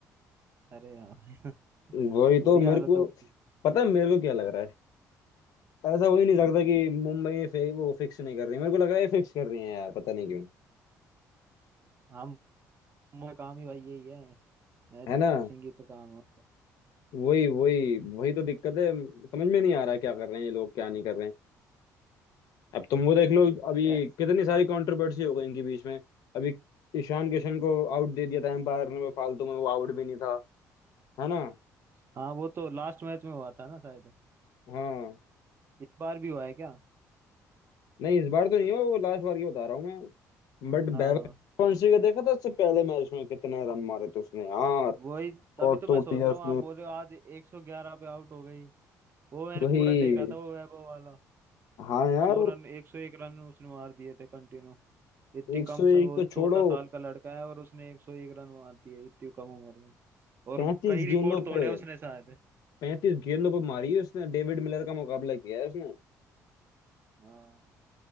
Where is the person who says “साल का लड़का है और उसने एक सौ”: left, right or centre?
Right